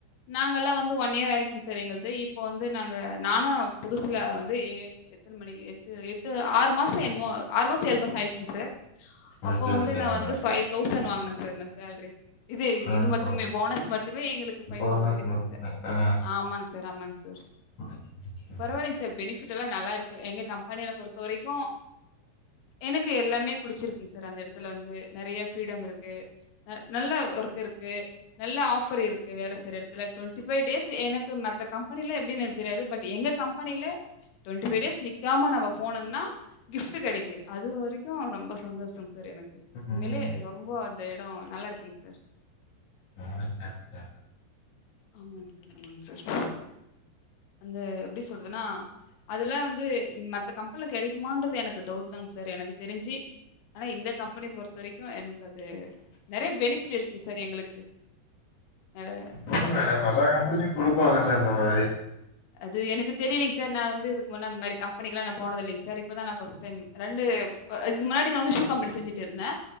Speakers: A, on the left; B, on the left.
A: நாங்கல்லாம் வந்து ஒன் இயர் ஆய்ச்சு சார் எங்கள்து இப்ப வந்து நாங்க நானு புதுசுல வந்து ஏ எத்தன மணி எட்டு எட்டு ஆறு மாசொ என்மோ ஆறு மாசொ ஏழு மாசொ ஆய்ச்சுங் சார் அப்போ
B: ஓகே
A: வந்து
B: ஓகே
A: நா
B: மேடம்
A: வந்து ஃபை தௌசண்ட் வாங்னே சார் நா சேல்ரி இது இது
B: ஆ
A: இது மட்டுமே
B: ஆ
A: போனஸ் மட்டுமே எங்களுக்கு ஃபை
B: போனஸ்
A: தௌசண்ட் கெச்சிங்
B: மட்டுமே
A: சார்
B: ஆ
A: ஆமாங் சார் ஆமாங் சார்
B: ஓகே ஓகே
A: பரவால்லைங் சார் பெனிஃபிட்டெல்லா நல்லாருக்கு எங்க கம்பெனில பொறுத்த வரைக்கு எனக்கு எல்லாமே புடிச்சிருக்குங் சார் அந்த எடத்துல வந்து நறைய ஃப்ரீடம் இருக்கு ந நல்ல ஒர்க் இருக்கு நல்ல ஆஃபர் இருக்கு வேல செய்ற எடத்துல ட்வெண்டி ஃபை டேஸ் எனக்கு மத்த கம்பெனில எப்டின் எனக்கு தெரியாது பட் எங்க கம்பெனில ட்வெண்டி ஃபை டேஸ் நிக்காம நம்ம போனங்னா கிஃப்ட்டு கெடைக்கு அது வரைக்கு ரொம்ப சந்தோஷோங் சார் எனக்கு
B: ம்
A: உண்மைலே ரொம்போ அந்த எடோ நல்லாருக்குங் சார்
B: ஆ <inaudible>
A: ஆமாங் சார் ஆமாங் சார் அந்த எப்டி சொல்றதுன்னா அதெல்லா வந்து மத்த கம்பென்ல கெடைக்குமான்றது எனக்கு டவுட் தாங் சார் எனக்கு தெரிஞ்சு ஆனா இந்த கம்பெனி பொறுத்த வரைக்கு எனக்கு அது நறைய பெனிஃபிட்ஸ் இருக்குங் சார் எங்களுக்கு நறைய
B: என்னா மேடம் எல்லா கம்பென்லயு குடுப்பாங்கல்ல அந்த மாரி
A: அது எனக்கு தெரிலிங் சார் நா வந்து இதுக்கு முன்ன அந்த மாரி கம்பெனிக்லா நா போனதில்லைங் சார் இப்பதா நா ஃபர்ஸ்ட் டைம் ரெண்டு ப இதுக்கு முன்னாடி நா வந்து ஷூ கம்பெனி செஞ்சிட்ருந்தே